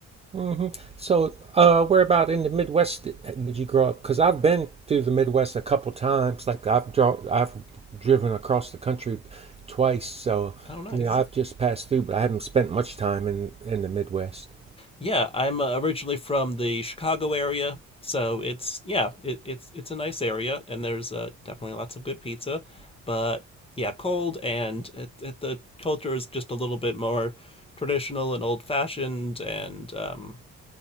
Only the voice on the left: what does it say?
Oh, nice.
Yeah, I'm uh, originally from the Chicago area, so it's yeah, it, it's it's a nice area, and there's uh, definitely lots of good pizza, but yeah, cold and it, it, the culture is just a little bit more traditional and old fashioned, and um,